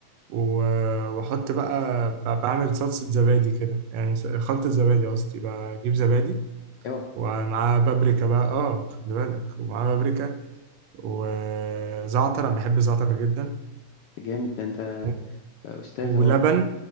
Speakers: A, on the right; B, on the left.
A: و- واحط بقى ب- بعمل صلصة زبادي كده يعني س- خلطة زبادي قصدي بجيب زبادي
B: اوعى
A: ومعاه بابريكا بقى اه خلي بالك ومعاه بابريكا وزعتر انا بحب الزعتر جدا
B: جامد ده انت
A: و-
B: استاذ اهو
A: ولبن